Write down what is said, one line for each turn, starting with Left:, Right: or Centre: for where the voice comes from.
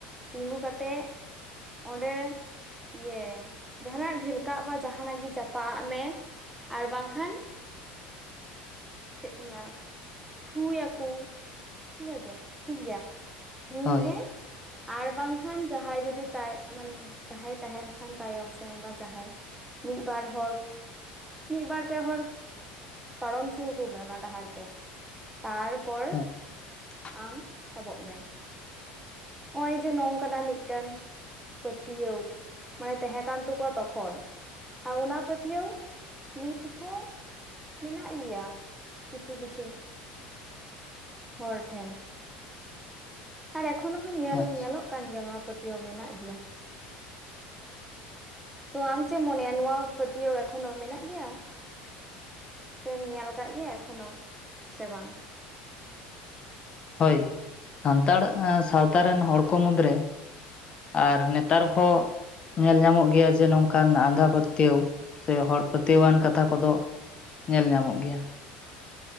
Centre: ᱛᱤᱸᱜᱩ ᱠᱟᱛᱮᱜ ᱚᱸᱰᱮ ᱤᱭᱮ ᱡᱟᱦᱟᱱᱟᱜ ᱰᱷᱮᱞᱠᱟᱜ ᱵᱟ ᱡᱟᱦᱟᱱᱟᱜ ᱜᱮ ᱪᱟᱯᱟᱼᱟᱜ ᱢᱮ ᱾ ᱟᱨ ᱵᱟᱝᱠᱷᱟᱱ ᱾ ᱪᱮᱫ ᱠᱚ ᱢᱮᱱᱟ ᱛᱷᱩᱭᱟᱠᱚ ᱤᱱᱟᱹ ᱜᱮ ᱴᱷᱤᱠ ᱜᱮᱭᱟ ᱛᱷᱩᱭ
Left: ᱦᱳᱭ
Centre: ᱢᱮ ᱟᱨ ᱵᱟᱝᱠᱷᱟᱱ ᱡᱟᱦᱟᱸᱭ ᱡᱩᱫᱤ ᱛᱟᱭ ᱢᱟᱱᱮ ᱡᱟᱦᱟᱸᱭ ᱛᱟᱸᱦᱮᱱ ᱠᱷᱟᱱ ᱛᱟᱭᱚᱢ ᱥᱮᱱ ᱵᱟ ᱡᱟᱦᱟᱸᱭ ᱢᱤᱫ ᱵᱟᱨ ᱦᱚᱲ ᱢᱤᱫ ᱵᱟᱨ ᱯᱮ ᱦᱚᱲ ᱯᱟᱨᱚᱢ ᱪᱩ ᱟᱠᱩ ᱢᱮ ᱚᱱᱟ ᱰᱟᱦᱟᱨ ᱛᱮ ᱛᱟᱨᱯᱚᱨ
Left: <unintelligible>
Centre: ᱟᱢ ᱛᱟᱵᱚᱜ ᱢᱮ ᱱᱚᱜᱼᱚᱭ ᱡᱮ ᱱᱚᱝᱠᱟᱱᱟᱜ ᱢᱤᱫᱴᱟᱝ ᱯᱟᱹᱛᱭᱟᱹᱣ ᱢᱟᱱᱮ ᱛᱟᱦᱮᱸ ᱠᱟᱱ ᱛᱟᱠᱚᱣᱟ ᱛᱚᱠᱷᱚᱱ ᱟᱨ ᱚᱱᱟ ᱯᱟᱹᱛᱭᱟᱹᱣ ᱱᱤᱛ ᱦᱚᱸ ᱢᱮᱱᱟᱜ ᱜᱮᱭᱟ ᱠᱤᱪᱷᱩ ᱠᱤᱪᱷᱩ ᱦᱚᱲ ᱴᱷᱮᱱ ᱟᱨ ᱮᱠᱷᱚᱱ ᱦᱚᱸ ᱧᱮᱞ
Left: ᱟᱪᱪᱷᱟ
Centre: ᱧᱮᱞᱚᱜ ᱠᱟᱱ ᱜᱮᱭᱟ ᱱᱚᱣᱟ ᱯᱟᱹᱛᱭᱟᱹᱣ ᱢᱮᱱᱟᱜ ᱜᱮᱭᱟ ᱛᱚ ᱟᱢ ᱪᱮᱫ ᱮᱢ ᱢᱚᱱᱮᱭᱟ ᱱᱚᱣᱟ ᱯᱟᱹᱛᱭᱟᱹᱣ ᱮᱠᱷᱚᱱᱚ ᱢᱮᱱᱟᱜ ᱜᱮᱭᱟ᱾ ᱥᱮᱢ ᱧᱮᱞ ᱟᱠᱟᱫ ᱜᱮᱭᱟ ᱮᱠᱷᱚᱱᱚ ᱥᱮ ᱵᱟᱝ?
Left: ᱦᱳᱭ ᱥᱟᱱᱛᱟᱲ ᱥᱟᱶᱛᱟ ᱨᱮᱱ ᱦᱚᱲ ᱠᱚ ᱢᱩᱫᱽᱨᱮ ᱟᱨ ᱱᱮᱛᱟᱨ ᱦᱚᱸ ᱧᱮᱞ ᱧᱟᱢᱚᱜ ᱜᱮᱭᱟ ᱡᱮ ᱱᱚᱝᱠᱟᱱ ᱟᱸᱫᱷᱟ ᱯᱟᱹᱛᱭᱟᱹᱣ ᱥᱮ ᱦᱚᱲ ᱯᱟᱹᱛᱭᱟᱹᱣᱟᱱ ᱠᱟᱛᱷᱟ ᱠᱚᱫᱚ ᱧᱮᱞ ᱧᱟᱢᱚᱜ ᱜᱮᱭᱟ᱾